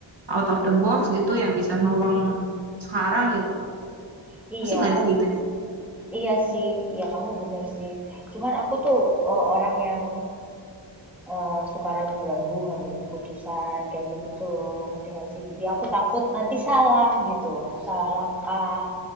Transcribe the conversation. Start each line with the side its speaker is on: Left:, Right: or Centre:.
Right: out of the box gitu yang bisa nolong sekarang gitu.
Centre: iya.
Right: Pasti nggak ada gitu.
Centre: Iya sih, ya kamu bener sih. Cuman aku tuh eh, orang yang eh, suka ragu-ragu ngambil keputusan kayak gitu tuh loh, ngerti gak sih? Jadi aku takut nanti salah gitu, aku salah langkah.